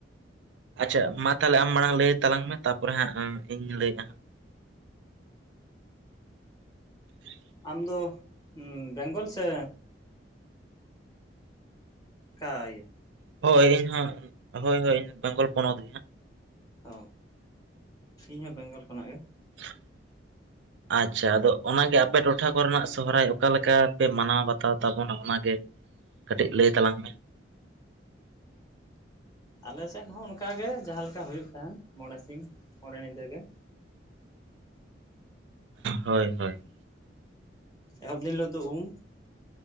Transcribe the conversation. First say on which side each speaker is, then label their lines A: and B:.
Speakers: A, on the right; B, on the left.
A: ᱟᱪᱪᱷᱟ ᱢᱟ ᱛᱟᱦᱚᱞᱮ ᱟᱢ ᱢᱟᱲᱟᱝ ᱞᱟᱹᱭ ᱛᱟᱞᱟᱝ ᱢᱮ ᱛᱟᱯᱚᱨᱮ ᱦᱟᱸᱜ ᱤᱧ ᱞᱟᱹᱭᱮᱫᱼᱟ ᱦᱟᱸᱜ ᱦᱮᱸ <inaudible>
B: ᱟᱢ ᱫᱚ ᱵᱮᱸᱜᱚᱞ ᱥᱮ ᱠᱟ ᱤᱭᱟ
A: ᱦᱳᱭ ᱤᱧ ᱦᱚ ᱦᱳᱭ ᱦᱳᱭ ᱤᱧ ᱵᱮᱝᱜᱚᱞ ᱯᱚᱱᱚᱛ ᱜᱮ ᱦᱟᱸᱜ
B: ᱚ ᱤᱧ ᱦᱚᱸ ᱵᱮᱝᱜᱚᱞ ᱠᱷᱚᱱᱟᱜ ᱜᱮ
A: <inaudible> ᱟᱪᱪᱷᱟ ᱟᱫᱚ ᱚᱱᱟᱜᱮ ᱟᱯᱮ ᱴᱚᱴᱷᱟ ᱠᱚᱨᱮᱱᱟᱜ ᱥᱚᱦᱨᱟᱭ ᱚᱠᱟᱞᱮ ᱞᱮᱠᱟ ᱯᱮ ᱢᱟᱱᱟᱣ ᱵᱟᱛᱟᱣ ᱛᱟᱵᱚᱱᱟ ᱚᱱᱟᱜᱮ ᱠᱟᱹᱴᱤᱡ ᱞᱟᱹᱭ ᱛᱟᱞᱟᱝ ᱢᱮ
B: ᱟᱞᱮᱥᱮᱫ ᱦᱚᱸ ᱚᱱᱠᱟᱜᱮ ᱡᱟᱦᱟ ᱞᱮᱠᱟ ᱦᱩᱭᱩᱜ ᱛᱟᱦᱮᱱ ᱢᱚᱬᱮ ᱥᱤᱧ ᱢᱚᱬᱮ ᱧᱤᱫᱟᱹ ᱜᱮ
A: ᱦᱳᱭ ᱦᱳᱭ
B: ᱮᱦᱚᱵ ᱫᱤᱱ ᱦᱤᱞᱳᱜ ᱫᱚ ᱩᱢ